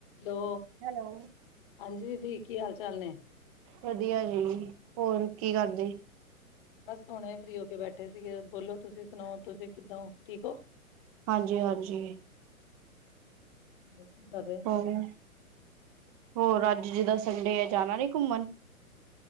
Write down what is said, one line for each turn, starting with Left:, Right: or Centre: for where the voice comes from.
Left: ਹੈਲੋ
Right: ਹੈਲੋ
Left: ਹਾਂਜੀ ਦੀਦੀ ਕੀ ਹਾਲ-ਚਾਲ ਨੇ
Right: ਵਦੀਆ ਜੀ, ਹੋਰ ਕੀ ਕਰਦੇ
Left: <inaudible> ਬੱਸ ਹੁਣੇ ਫ੍ਰੀ ਹੋ ਕੇ ਬੈਠੇ ਸੀਗੇ ਬੋਲੋ ਤੁਸੀਂ ਸੁਨਾਓ, ਤੁਸੀਂ ਕਿੱਦਾਂ ਓ ਠੀਕ ਓਂ?
Right: ਹਾਂਜੀ- ਹਾਂਜੀ।
Left: <unintelligible>
Right: ਹੰ ਹੋਰ ਅੱਜ ਜਿੱਦਾਂ ਸੰਡੇ ਐ, ਜਾਨਾ ਨੀ ਘੁੰਮਣ?